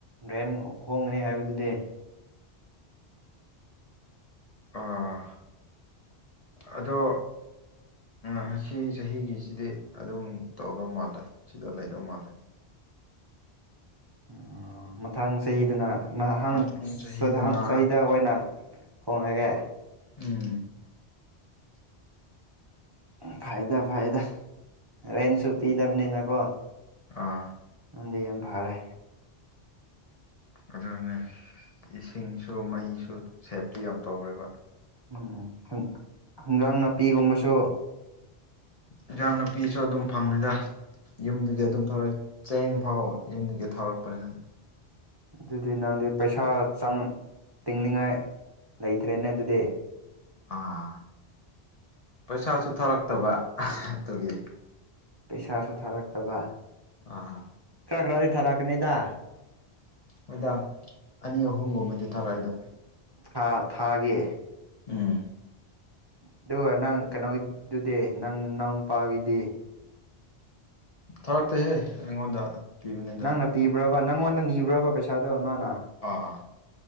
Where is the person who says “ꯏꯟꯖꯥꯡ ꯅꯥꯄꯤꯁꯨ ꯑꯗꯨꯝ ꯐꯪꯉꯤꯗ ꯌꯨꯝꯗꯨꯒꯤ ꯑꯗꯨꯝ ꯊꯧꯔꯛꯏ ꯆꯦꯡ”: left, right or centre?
Left